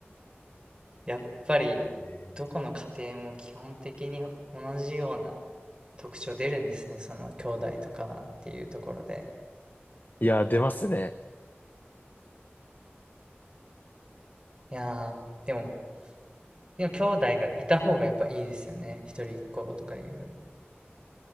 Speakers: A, on the right; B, on the left.
A: やっぱり、
B: ん。
A: どこの家庭も基本的に同じような特徴出るんですね。その兄弟とかっていうところで。
B: いやー、出ますね。
A: いやー、でも、でも兄弟がいた方がやっぱいいですよね。一人っ子とかいうより。